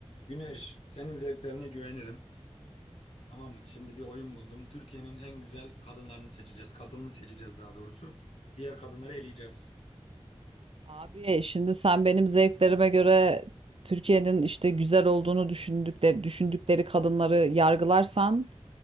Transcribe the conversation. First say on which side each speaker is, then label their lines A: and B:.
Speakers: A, on the left; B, on the right.
A: Güneş, senin zevklerine güvenirim. Tamam mı? Şimdi bir oyun buldum. Türkiye'nin en güzel kadınlarını seçeceğiz. Kadını seçeceğiz daha doğrusu. Diğer kadınları eleyeceğiz.
B: Abi şimdi sen benim zevklerime göre Türkiye'nin işte güzel olduğunu düşündükleri, düşündükleri kadınları yargılarsan